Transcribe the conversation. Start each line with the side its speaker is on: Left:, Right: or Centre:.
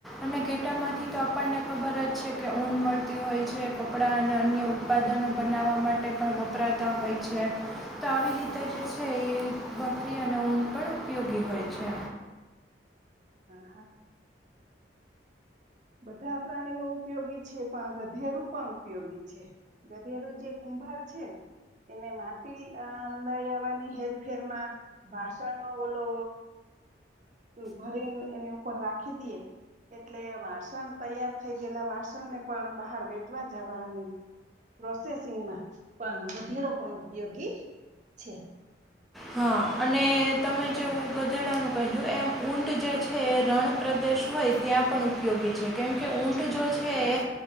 Centre: અને ઘેટા માંથી તો આપણને ખબર જ છે. કે ઊન મળતી હોય છે કપડાં અને અન્ય ઉત્પાદનો બનાવવા માટે પણ વપરાતા હોય છે. તો આવી રીતે જે છે એ બકરી અને ઊન પણ ઉપયોગી હોય છે.
Right: હા હા બધા પ્રાણીઓ ઉપયોગી છે પણ ગધેડું પણ ઉપયોગી છે. ગધેડું જે કુંભાર છે. એને માટી લઈ આવવાની હેરફેરમાં ભાષણનો ઓલો ભરીને એની ઉપર રાખી દઈએ એટલે વાસણ તૈયાર થઈ ગયેલા વાસણને પણ બહાર વેચવા જવાની પ્રોસેસિંગમાં પણ વધેરો પણ ઉપયોગી છે.
Centre: હા અને તમે જેવું ગધેડાનું કહ્યું એમ ઊંટ જે છે રણ પ્રદેશ હોય ત્યાં પણ ઉપયોગી છે, કેમકે ઊંટ જો છે એ